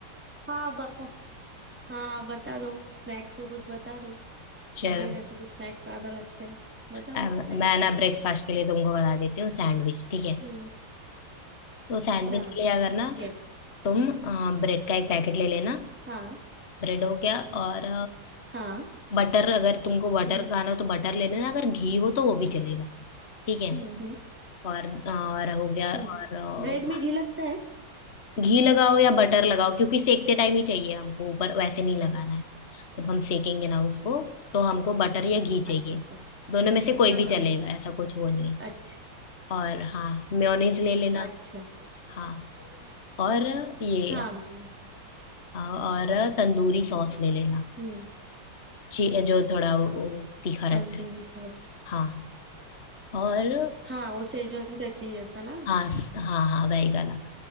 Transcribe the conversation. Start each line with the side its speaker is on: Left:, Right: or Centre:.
Centre: हाँ बता हाँ बता दो स्नैक्स में कुछ बता दो
Left: <laughs> चलो
Centre: हमारे घर पे तो स्नैक्स ज्यादा लगते हैं बता
Left: अम,
Centre: दो स्नैक्स
Left: मैं ना
Centre: में
Left: ब्रेकफास्ट के लिए तुमको बता देती हूँ सैंडविच ठीक है
Centre: हम्म
Left: तो सैंडविच
Centre: हाँ
Left: के लिए अगर ना
Centre: गेस
Left: तुम ब्रेड का एक पैकेट ले लेना
Centre: हाँ
Left: ब्रेड हो गया और
Centre: हाँ
Left: बटर अगर तुमको बटर
Centre: हम्म
Left: खाना हो तो बटर ले लेना अगर घी हो तो वो भी चलेगा ठीक है
Centre: हम्म
Left: और और हो गया
Centre: हम्म
Left: और अ,
Centre: ब्रेड में घी लगता है
Left: घी लगाओ या बटर लगाओ क्योंकि सेकते टाइम ही चाहिए हमको ऊपर वैसे नहीं लगाना है जब हम सेकेंगे ना उसको तो हमको बटर या घी चाहिए
Centre: अच्छा अच्छा
Left: दोनों में
Centre: यस
Left: से कोई
Centre: हाँ
Left: भी
Centre: हाँ
Left: चलेगा ऐसा कुछ वो नहीं है
Centre: अच्छा
Left: और हाँ मेयोनीज ले लेना
Centre: अच्छा
Left: हाँ और ये
Centre: हाँ मैंने
Left: हाँ, और तंदूरी सॉस ले लेना
Centre: हम्म
Left: ची- जो थोड़ा वो, वो तीखा रहता
Centre: तंदूरी
Left: है
Centre: सॉस
Left: हाँ और
Centre: हाँ वो सेजवान चटनी जैसा ना
Left: हाँ हाँ हाँ वही वाला